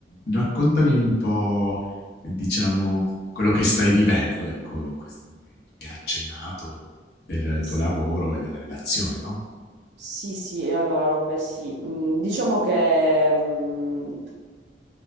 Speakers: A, on the left; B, on the right.
A: raccontami un po', diciamo, quello che stai vivendo, ecco, in questo momento. Mi hai accennato del
B: s-
A: tuo lavoro e della relazione, no?
B: sì, sì, allora vabbè, sì. Mm, Diciamo che mm,